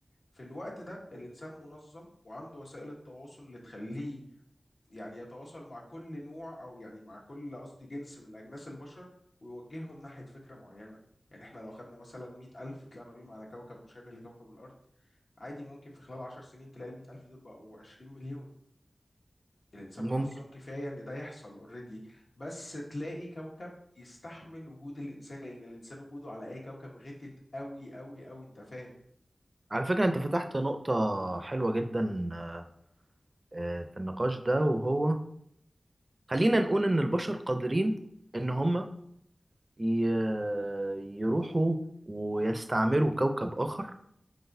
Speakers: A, on the left; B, on the right.
A: في الوقت ده الإنسان منظم وعنده وسائل التواصل اللي تخليه يعني يتواصل مع كل نوع أو يعني مع كل قصدي جنس من أجناس البشر ويوجههم ناحية فكرة معينة يعني إحنا لو خدنا مثلا 100000 ألف طلعنا بيهم على كوكب مشابه لكوكب الأرض عادي ممكن في خلال 10 سنين تلاقي ال 100000 ألف دول بقوا 20 مليون الانسان
B: ممكن
A: منظم كفايه ان ده يحصل اوريدي بس تلاقي كوكب يستحمل وجود الانسان لان الانسان وجوده على اي كوكب غتت قوي قوي قوي انت فاهم
B: على فكرة انت فتحت نقطة حلوة جدا آه، آه، في النقاش ده وهو خلينا نقول ان البشر قادرين ان هم ي- يروحوا ويستعمروا كوكب اخر